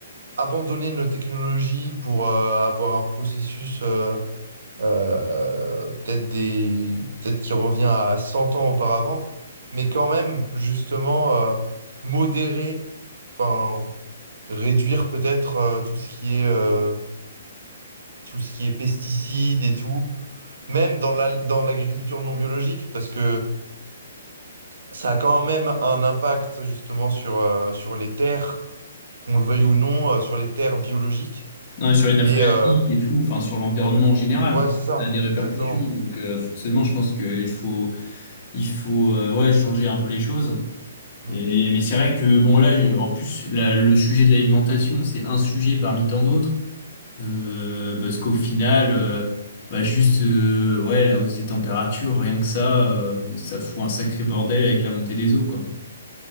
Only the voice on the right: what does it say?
abandonner nos technologies pour euh, avoir un processus euh, euh, peut-être des, peut-être qui revient à 100 ans auparavant, mais quand même, justement, euh, modérer. Enfin, réduire peut-être euh, tout ce qui est euh, tout ce qui est pesticides et tout, même dans la, dans l'agriculture non biologique, parce que ça a quand même un impact justement sur, euh, sur les terres, qu'on le veuille ou non, euh, sur les terres biologiques.
Et
euh,
ouais, c'est ça,
exactement.
Mm.